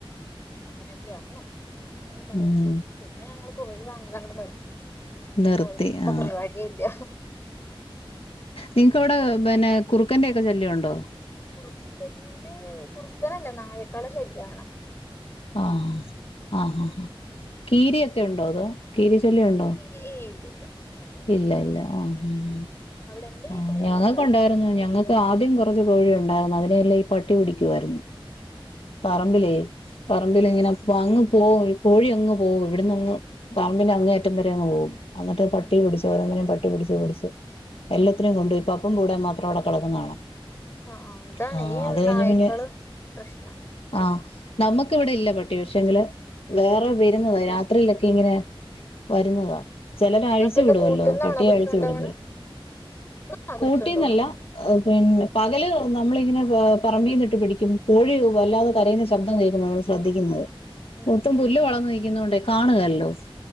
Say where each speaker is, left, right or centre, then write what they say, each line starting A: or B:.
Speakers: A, on the left (about 25°); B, on the left (about 75°).
A: അങ്ങനെയൊക്കെ അറിഞ്ഞു അങ്ങനൊനിന്നും പറയണ്ട
B: ഉം
A: പിന്നെ ഞങ്ങള് കോഴി വാങ്ങല് അങ്ങട് നിർത്തി ഇപ്പൊ
B: നിർത്തി
A: കോഴിന്നുള്ള
B: ആ
A: പരിപാടിയെ ഇല്ല
B: നിങ്ങക്ക് അവിടെ ബെന്നെ കുറുക്കന്റെ ഒക്കെ ശല്യവുണ്ടോ
A: കുറുക്കന്റെ കുറുക്കനല്ലാ നായക്കള ശല്ല്യണ്
B: ആഹ് ആഹ് ആഹ് കിരിയൊക്കെ ഉണ്ടോ അതോ കീരി ശല്യം ഉണ്ടോ
A: ഇല്ല ഇല്ല ഇല്ല അങ്ങനൊന്നുമില്ല
B: ഇല്ല ഇല്ല ആഹ് ഉം
A: അവിടെ എന്റെ വീട്ടിലുണ്ട്
B: ആ ഞങ്ങൾക്ക്
A: കേട്ടോ
B: ഉണ്ടായിരുന്നു ഞങ്ങൾക്ക് ആദ്യം കുറച്ച് കോഴിയു ഉണ്ടാരുന്നു അതിനെയല്ലാം ഈ പട്ടി പിടിക്കുവാരുന്നു പറമ്പിലേ പറമ്പിൽ ഇങ്ങനെ അങ്ങ് പോവും കോഴി അങ് പോവും ഇവിടുന്ന് അങ് പറമ്പിന്റെ അങ്ങേ അറ്റം വരെ അങ് പോവും അന്നട്ട് പട്ടി
A: ഉം
B: പിടിച്ച് ഒരെന്നിനെ പട്ടി ട്ടി പിടിച്ച്
A: ഉം
B: എല്ലത്തിനേം
A: ഉം
B: കൊണ്ട് ഇപ്പപ്പം <unintelligible> കൂടെ മാത്രവിടെ കിടക്കുന്ന കാണാം
A: ആ ഇതാണ്
B: ആ
A: ഈ
B: അത് കഴിഞ്ഞ്
A: നായ്ക്കള്
B: പിന്നെ
A: പ്രശ്നം
B: ആ നമ്മക്കിവിടെ ഇല്ല പട്ടി പക്ഷെങ്കില് വേറെ വരുന്നത രാത്രിയിലൊക്കെ ഇതിങ്ങനെ വരുന്നതാ ചെലര് അഴിച്ചു
A: അപ്പൊ എന്താ
B: വിടുവല്ലോ
A: കൂട്ടുന്നാണോ
B: പട്ടിയെ
A: പിടിച്ചോണ്ടോവണ്
B: അഴിച്ചു വിടും ചിലർ
A: ആ പിടിച്ചോണ്ടോണ്
B: കൂട്ടീന്നല്ല ഹ് പിന്നെ പകല് നമ്മളി ഇതിങ്ങനെ ഹ് പറമ്പിന്നിട്ട് പിടിക്കും കോഴി കൂവു അല്ലാതെ കരയുന്ന ശബ്ദം കേൾക്കുമ്പ നമ്മൾ ശ്രദ്ധിക്കുന്നത്
A: ഉം
B: മൊത്തും
A: ഉം
B: പുല്ല് വളന്നു നിൽക്കുന്നൊണ്ടെ കാണുകല്ലോ സ്